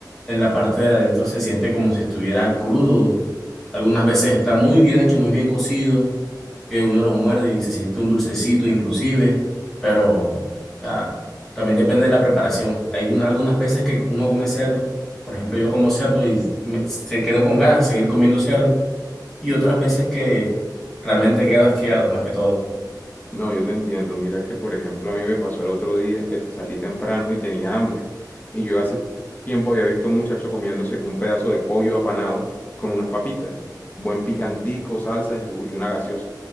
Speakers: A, in the centre; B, on the left.
A: En la parte de adentro se siente como si estuviera crudo. Algunas veces está muy bien hecho, muy bien cocido, que uno lo muerde y se siente un dulcecito inclusive, pero o sea, también depende de la preparación. Hay alguna- algunas veces que uno come cerdo, por ejemplo, yo como cerdo y me, se quedo con ganas de seguir comiendo cerdo y otras veces que realmente quedo asqueado, más que todo.
B: No, yo te entiendo. Mira que, por ejemplo, a mí me pasó el otro día que t- salí temprano y tenía hambre. Y yo hace tiempo había visto a un muchacho comiéndose un pedazo de pollo apanado con unas papitas, buen picantico, salsas y, u- y una gaseosa.